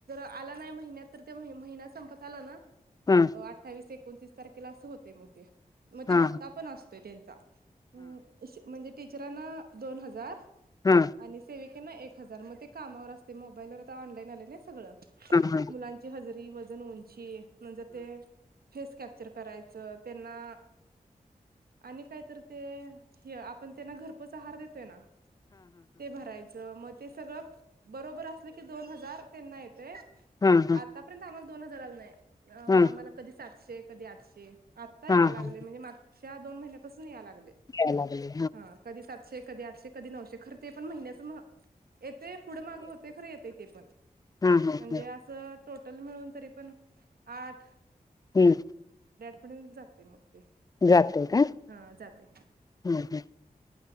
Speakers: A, on the right (about 85°); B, on the left (about 25°).
A: आला नाही महिन्यात तर ते म महिना संपत आला ना
B: हा
A: अ अठ्ठावीस एक कोणतीस तारखेला अस होतय, म ते म
B: हा
A: ते
B: हा
A: भत्ता पण असतोय त्यांचा हम्म श म्हणजे टीचरांना दोन हजार
B: हा हा हा
A: आणि सेवि कांना एक हजार मग ते कामावर असतय, मोबाईल वर आता ऑनलाईन आलय ना सगळ,
B: हा हा हा हा
A: मुलांची हजरी तेजी वन उंची म्हणजे ते फेस कॅपचर करायच, त्यांना आणि काहीतर ते ह्य आपण त्यांना घरपोच आहार देतोय ना ते भरायचं म ते सगळं बरोबर असलं की, दोन हजार त्यांना येतय
B: हा
A: आतापर्यंत आम्हाला दोन हजार आल नाही अ
B: हा
A: आम्हाला कधी सातशे, कधी आठशे. आता
B: हा
A: यालागलय
B: हा
A: म्हणजे, मागच्या दोन महिन्यापासून यालागलय
B: याय लागले
A: हा. कधी सातशे कधी आठशे, कधी नऊशे खर ते पण महिन्याच म्ह येत ते पुढं माग होतय खर येतय ते पण
B: हा हा
A: म्हणजे
B: हा
A: असं टोटल मिळून तरी पण आठ
B: हम्म
A: आपणच जातंय मग ते
B: जात काय हम्
A: हा जाते
B: हम्